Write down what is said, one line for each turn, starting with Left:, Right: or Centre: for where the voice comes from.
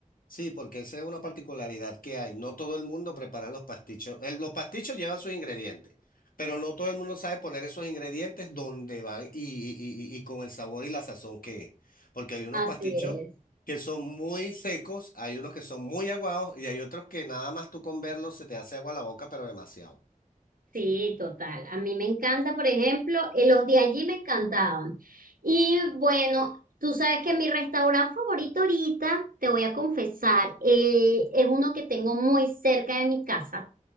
Left: Sí, porque esa es una particularidad que hay. No todo el mundo prepara los pastichos. El- los pastichos llevan sus ingredientes, pero no todo el mundo sabe poner esos ingredientes donde van y, y- y- y y con el sabor y la sazón que es. Porque hay unos
Right: Así
Left: pastichos
Right: es.
Left: que son muy secos, hay unos que son muy aguados y hay otros que nada más tú con verlos se te hace agua la boca, pero demasiado.
Right: Sí, total. A mí me encanta, por ejemplo, eh, los de allí me encantaban. Y bueno, tú sabes que mi restaurante favorito ahorita, te voy a confesar, eh, es uno que tengo muy cerca de mi casa